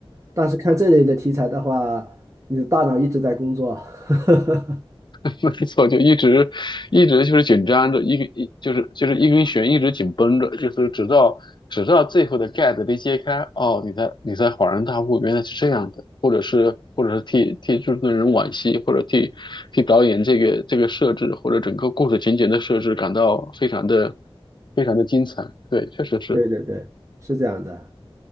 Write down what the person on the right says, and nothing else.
但是看这类的题材的话，你的大脑一直在工作。<laughs>
对对对，是这样的。